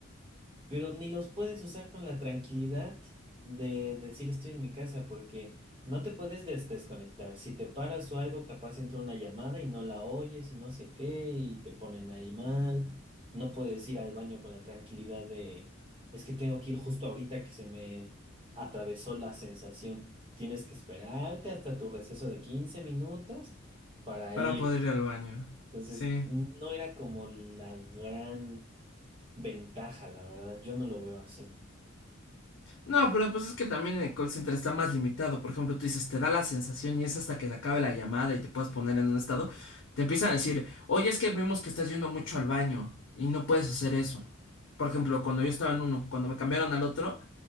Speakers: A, on the right; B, on the left.
A: pero ni los puedes usar con la tranquilidad de decir estoy en mi casa, porque no te puedes des- desconectar. Si te paras o algo, capaz entra una llamada y no la oyes y no sé qué, y te ponen ahí mal. No puedes ir al baño con la tranquilidad de, es que tengo que ir justo ahorita que se me atravesó la sensación. Tienes que esperarte hasta tu receso de 15 minutos para
B: para
A: ir.
B: poder ir al baño.
A: Entonces,
B: Sí.
A: no era como la gran ventaja, la verdad. Yo no lo veo así.
B: No, pero pues es que también en el call center está más limitado. Por ejemplo, tú dices, te da la sensación y es hasta que se acabe la llamada y te puedas poner en un estado. Te empiezan a decir, oye, es que vimos que estás yendo mucho al baño y no puedes hacer eso. Por ejemplo, cuando yo estaba en uno, cuando me cambiaron al otro,